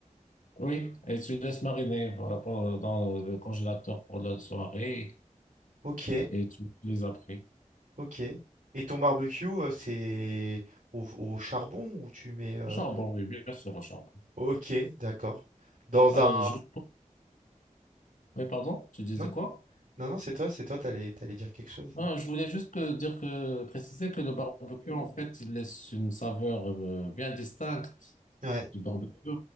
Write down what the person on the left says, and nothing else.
Oui, et tu laisses mariner euh, pour- dans le congélateur pour la soirée
et tu les après.
Au charbon, oui, bien sûr, au charbon.
Bah,
je- Oui, pardon, tu disais
quoi?
Ah, je voulais juste que- dire que, préciser que le barbecue, en fait, il laisse une saveur euh, bien distincte
du barbecue.